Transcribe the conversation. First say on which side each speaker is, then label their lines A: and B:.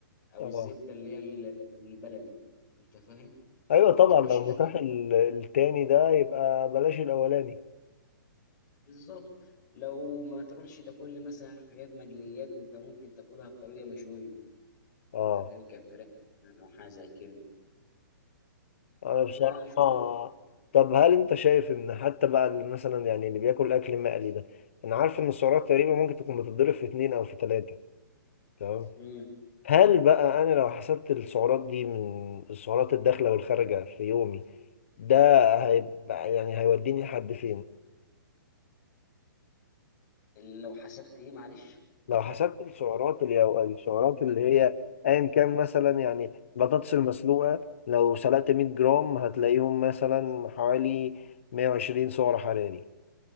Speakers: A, on the left; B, on the left.
A: أو
B: اه
A: الزبدة اللي هي ال- البلدي أنت فاهم
B: ايوه
A: ما
B: طبعا
A: تروحش
B: لو
A: تاكل
B: متاح ال- التاني ده يبقى بلاش الاولاني
A: بالظبط لو ما تروحش تاكل لي مثلا حاجات مقليات وأنت ممكن تاكلها بطريقة مشوية
B: اه
A: أنت فاهم كفراخ مثلا أو حاجة زي كده
B: انا
A: فأنا
B: بصراحه
A: أشوف إن-
B: طب هل انت شايف ان حتى بقى اللي مثلا يعني اللي بياكل اكل مقلي ده انا عارف ان السعرات تقريبا ممكن تكون بتتضرب في اتنين او في تلاته تمام
A: مم.
B: هل بقى انا لو حسبت السعرات دي من السعرات الداخله والخارجه في يومي ده هيبقى يعني هيوديني لحد فين
A: لو حسبت إيه معلش
B: لو حسبت السعرات اللي أو السعرات اللي هي ايا كان مثلا يعني بطاطس المسلوقه لو سلقت 100 جرام هتلاقيهم مثلا حوالي 120 سعر حراري